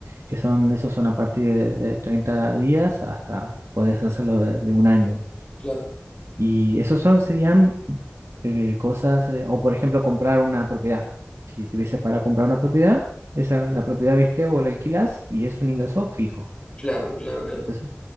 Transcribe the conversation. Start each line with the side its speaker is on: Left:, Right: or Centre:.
Right: Que son, esos son a partir de, de 30 días hasta podés hacerlo de, de un año.
Left: Claro,
Right: Y esos son, serían eh, cosas, eh, o por ejemplo, comprar una propiedad. Si tuvieses para comprar una propiedad, esa la propiedad, viste, o la alquilás y es un ingreso fijo.
Left: claro, claro, claro.
Right: Entonces,